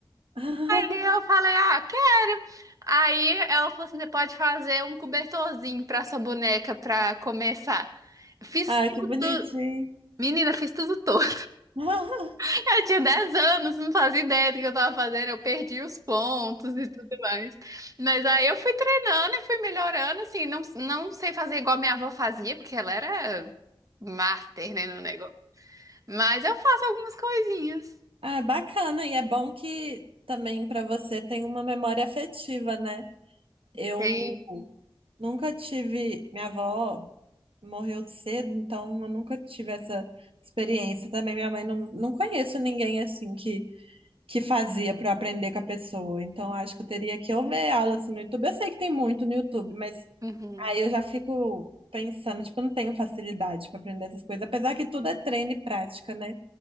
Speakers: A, on the right; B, on the right.
A: <laughs>
B: E eu falei, ah, quero. Aí ela falou assim: você pode fazer um cobertorzinho pra sua boneca pra começar. Fiz
A: Ah,
B: tudo,
A: que bonitinho.
B: menina, fiz tudo todo.
A: <laughs>
B: <laughs> Eu tinha 10 anos, não fazia ideia do que eu tava fazendo, eu perdi os pontos e tudo mais. Mas aí eu fui treinando e fui melhorando, assim, não, não sei fazer igual minha avó fazia, porque ela era master, né, no negócio. Mas eu faço algumas coisinhas.
A: Ah, bacana, e é bom que também para você tem uma memória afetiva, né? Eu
B: Tem.
A: nunca tive, minha avó morreu cedo, então eu nunca tive essa experiência também. Minha mãe não, não conheço ninguém assim que que fazia para eu aprender com a pessoa. Então, acho que eu teria que ou ver aula assim no YouTube. Eu sei que tem muito no YouTube, mas
B: Uhum.
A: aí eu já fico pensando, tipo, eu não tenho facilidade para aprender essas coisas, apesar que tudo é treino e prática, né?